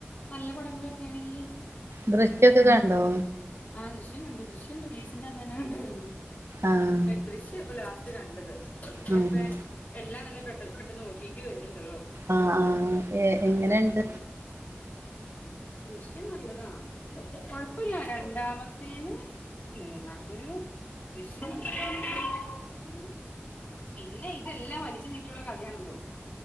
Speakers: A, on the left; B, on the right.
A: നല്ല പടങ്ങളൊക്കെയാണെങ്കിൽ
B: ദൃശ്യൊക്കെ കണ്ടോ
A: ആ ദൃശ്യം കണ്ടു ദൃശ്യം റിലീസിന്റെ അന്ന് തന്നെ കണ്ടായിരുന്നു
B: ആഹ്
A: ദൃശ്യം ഇപ്പൊ ലാസ്റ്റ് കണ്ടത് പിന്നെ
B: ആഹ്
A: ഇപ്പ എല്ലാം തന്നെ പെട്ടെന്ന് പെട്ടെന്ന് ഒറ്റി പി വരുന്നു ല്ലോ
B: ആഹ് ആഹ് എ എങ്ങനെണ്ട്
A: അതുകൊണ്ട് പിന്നെ ദൃശ്യം നല്ലതാ കൊഴപ്പില്ല രണ്ടാമത്തെ തേന മൂന്ന് ഒരു വിഷയത്തിനും പിന്നെ ഇതെല്ലാം വലിച്ചു നീട്ടിയുള്ള കഥയാണല്ലോ